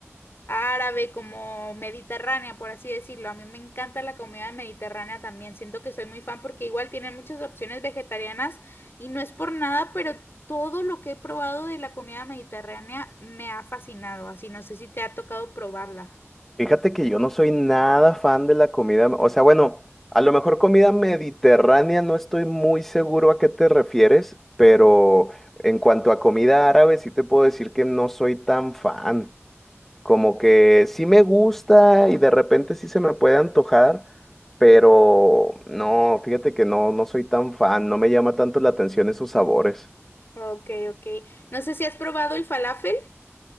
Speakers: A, on the left; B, in the centre.
A: árabe, como mediterránea, por así decirlo. A mí me encanta la comida mediterránea también. Siento que soy muy fan porque igual tienen muchas opciones vegetarianas y no es por nada, pero todo lo que he probado de la comida mediterránea me ha fascinado. Así no sé si te ha tocado probarla.
B: Fíjate que yo no soy nada fan de la comida, o sea, bueno, a lo mejor comida mediterránea, no estoy muy seguro a qué te refieres, pero en cuanto a comida árabe, sí te puedo decir que no soy tan fan. Como que sí me gusta y de repente sí se me puede antojar, pero no, fíjate que no, no soy tan fan, no me llama tanto la atención esos sabores.
A: Ok, ok. No sé si has probado el falafel.